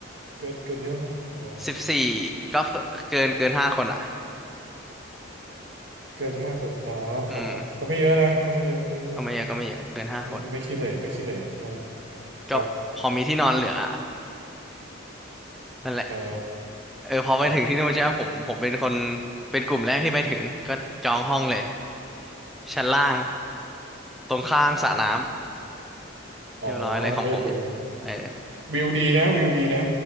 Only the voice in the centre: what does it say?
สิบสี่ก็เกินเกินห้าคนอ่ะ
อืมก็ไม่เยอะก็ไม่เยอะเกินห้าคน
ก็พอมีที่นอนเหลือ <laughs> นั่นแหละ
เออพอไปถึงที่นู่นใช่ไหมผมผมเป็นคน
เป็นกลุ่มแรกที่ไปถึงก็จองห้องเลยชั้นล่างตรงข้างสระน้ำเรียบร้อยเลยของผม
เออ